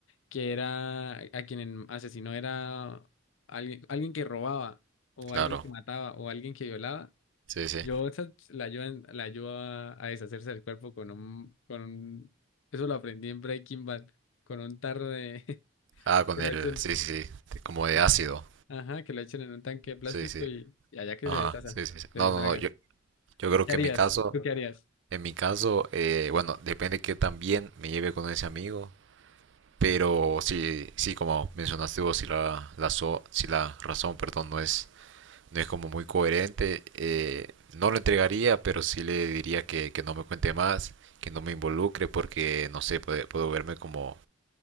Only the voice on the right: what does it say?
claro,
sí, sí.
Ah, con
el.
Sí, sí, sí. Como de
ácido.
Sí, sí.
Ajá.
Sí, sí, sí.
No,
no, no. Yo, yo creo
que
en mi caso.
En mi caso, eh, bueno, depende que también me lleve con ese amigo. Pero sí, sí, como mencionaste vos, si la, la, so- si la razón, perdón, no es, no es como muy coherente, eh, no lo entregaría, pero sí le diría que, que no me cuente más, que no me involucre, porque no sé, puede, puedo verme como